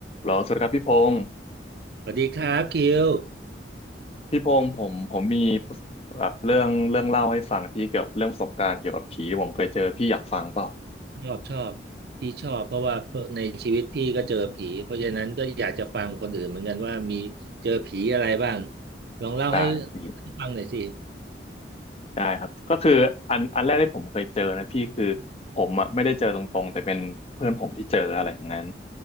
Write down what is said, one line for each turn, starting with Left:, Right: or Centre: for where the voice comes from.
Left: แล้วสวัสดีครับพี่พงศ์
Right: สวัสดีครับคิว
Left: พี่พงศ์ผมผมมีแบบเรื่องเรื่องเล่าให้ฟังพี่เกี่ยวกับเรื่องประสบการณ์เกี่ยวกับผีที่ผมเคยเจอพี่อยากฟังเปล่า
Right: ชอบชอบพี่ชอบเพราะว่าในชีวิตพี่ก็เจอผีเพราะฉะนั้นก็อยากจะฟังคนอื่นเหมือนกันว่ามีเจอผีอะไรบ้างลองเล่าให้
Left: ได้พี่
Right: ฟังหน่อยสิ
Left: ได้ครับก็คืออันอันแรกที่ผมเคยเจอนะพี่คือผมอ่ะไม่ได้เจอตรงๆแต่เป็นเพื่อนผมที่เจออะไรอย่างนั้น